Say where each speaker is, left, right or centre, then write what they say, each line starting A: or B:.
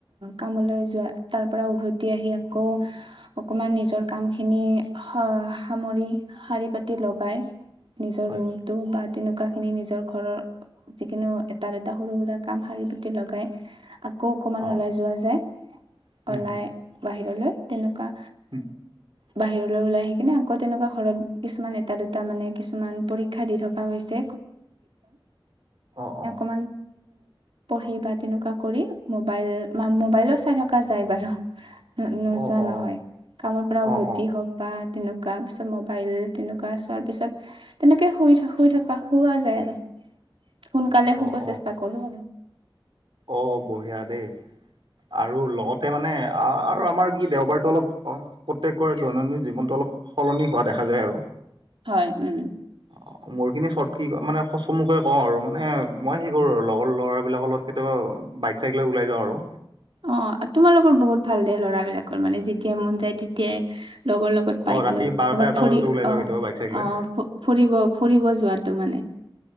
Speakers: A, on the right; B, on the right.
A: কামলৈ যোৱা তাৰ পৰা উভতি আহি আকৌ অকণমান নিজৰ কামখিনি সামৰি শাৰী পাতি লগাই নিজৰ
B: হয়,
A: ৰুমটো বা তেনেকুৱা খিনি নিজৰ ঘৰৰ যিিকিনু এটা দুটা সৰু সুৰা কাম শাৰী বুটি লগাই আকৌ অকণমান
B: অ',
A: ওলাই যোৱা যায়
B: উম,
A: ওলাই
B: হুম,
A: বাহিৰলৈ তেনেকুৱা
B: <unintelligible>
A: বাহিৰলৈ ওলাই আহি কিনে আকৌ তেনেকুৱা ঘৰত কিছুমান এটা দুটা মানে কিছুমান পৰীক্ষা দি থকা হৈছে
B: অ', অ',
A: প পঢ়ি বা তেনেকুৱা কৰি মবাইল মোবাইলো চাই থকা যায় বাৰু ন নোযোৱা
B: অ', অ', অ',
A: নহয় কামৰ পৰা উভতি
B: অ',
A: হওক বা তেনেক তাৰ পিছত মবাইল তেনেকুৱা চোৱাৰ পিছত তেনেকে শুই থ শুই থকা শুৱা যায় আৰু সোনকালে শুব
B: অ', অ'।
A: চেষ্টা কৰোঁ আৰু
B: অ বঢ়িয়া দেই আৰু লগতে মানে আৰু আমাৰ কি দেওবাৰতটো অলপ প্ৰত্যেকৰে দৈনন্দিন জীৱনটো অলপ সলনি হোৱা দেখা যায় আৰু
A: হয় উম
B: অ মোৰ খিনি চট কি মানে চমুকে কওঁ আৰু মানে মই সেই কৰো আৰু লগৰ ল'ৰাবলাকৰ লগত কেতিয়াবা বাইক চাইক লে ওলাই যাওঁ আৰু
A: অ তোমালোকৰ বহুত ভাল দে ল'ৰাবলাকৰ মানে যেতিয়াই মন যায় তেতিয়াই লগৰ লগত বাইক
B: অ', ৰাতি
A: লৈ কৰ'ৰবাত
B: বাৰটা এটা
A: ফৰি
B: বজাতো ওলাই যাওঁ
A: অ
B: কেতিয়াবা বাইক চাইক লৈ।
A: অ ফুৰিব ফুৰিব যোৱাতো মানে